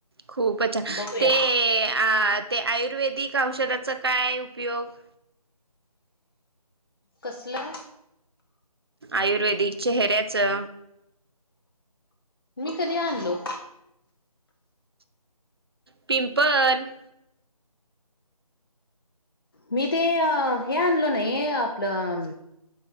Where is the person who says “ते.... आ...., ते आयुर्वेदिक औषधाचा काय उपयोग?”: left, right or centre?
Right